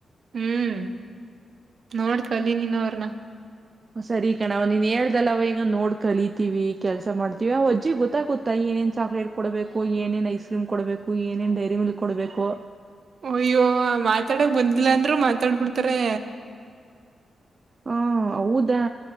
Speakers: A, on the right; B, on the right.
A: ಹ್ಮ್ ನೋಡ್ತಲ ನೀನ್ನವ್ರನ.
B: ಸರಿ ಕಣ ಅವ ನೀನ್ ಹೇಳ್ದಲ್ಲ ಅವ ಈಗ ನೋಡ್ ಕಲಿತೀವಿ ಕೆಲ್ಸ ಮಾಡ್ತೀವಿ ಅವ ಅಜ್ಜಿ ಗೊತ್ತಾ ಗೊತ್ತಾ ಈ ಏನೇನ್ ಚಾಕ್ಲೇಟ್ ಕೊಡ್ಬೇಕು ಏನೇನ್ ಐಸ್ ಕ್ರೀಮ್ ಕೊಡ್ಬೇಕು ಏನೇನ್ ಡೈರಿ ಮಲ್ ಕೊಡ್ಬೇಕು
A: ಅಯ್ಯೋ ಮಾತಾಡಕ್ ಬಂದಿಲ್ಲ ಅಂದ್ರು ಮಾತಾಡ್ಬಿಡ್ತಾರೆ
B: ಹಾ ಹೌದಾ